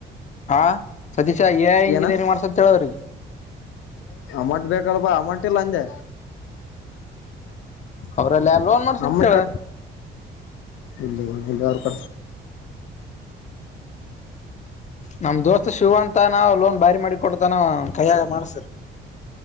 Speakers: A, on the left; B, on the left.
A: ಹ ಸತೀಶ ಎ ಐ ಇಂಜಿನಿಯರಿಂಗ್
B: ಏನ
A: ಮಾಡ್ಸಂತ ಹೇಳ ಅವ್ರಿಗೆ
B: ಅಮೌಂಟ್ ಬೇಕಲ್ವಾ ಅಮೌಂಟ್ ಇಲ್ಲ ಅಂದೆ
A: ಅವ್ರಲ್ಲಿ ಯಾರ್ ಲೋನ್ ಮಾಡ್ಸಂತ
B: ಅಮ್ಮನ್
A: ಹೇಳ
B: ಕ ಇಲ್ಲ ಇಲ್ಲ ಅವಕ
A: ನಮ್ ದೋಸ್ತ್ ಶಿವ ಅಂತ ನ ಲೋನ್ ಭಾರಿ ಮಾಡಿ ಕೊಡ್ತಾನ ಕೈಯಾಗ ಮಾಡ್ಸ